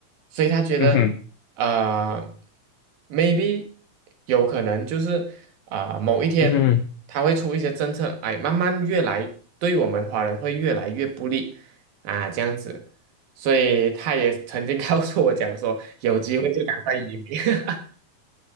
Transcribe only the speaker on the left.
嗯哼，
嗯哼。